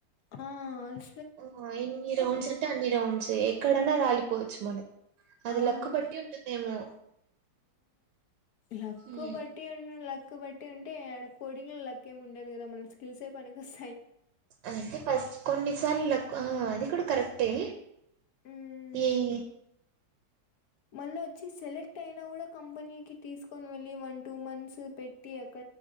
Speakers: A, on the left; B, on the right.
A: ఆహ్
B: ఆహ్ ఎన్ని రౌండ్స్ అంటే అన్ని రౌండ్స్. ఏక్. ఎక్కడన్నా రాలిపోవచ్చు
A: ఆ
B: మనం. అది
A: అవును
B: లక్కు పట్టి ఉంటుందేమో.
A: లక్కు
B: ఉమ్,
A: బట్టి ఉన్న లక్. కాబట్టి అంటే ఆడ కోడింగే లాక్కు ఏమి ఉండదు కదా మన స్కిల్స్ పనికి వస్.
B: అంటే ఫస్ట్. కొన్నిసార్లు లక్ ఆహ్ అది కూడా కరెక్టే.
A: ఉమ్
B: ఏమేం.
A: మళ్ళ వచ్చి సెలెక్ట్ అయినా కూడా కంపెనీకి తీసుకొని వెళ్ళి వన్ టూ మంత్స్ పెట్టి అక్.